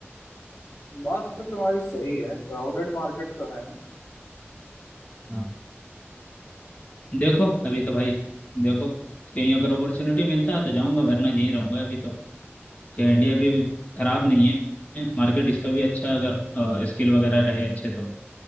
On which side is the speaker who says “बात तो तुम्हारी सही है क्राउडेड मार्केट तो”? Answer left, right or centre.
Left